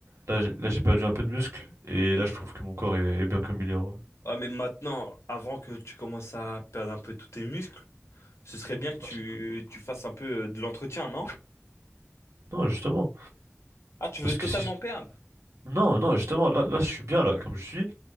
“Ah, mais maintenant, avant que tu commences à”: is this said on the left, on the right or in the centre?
Left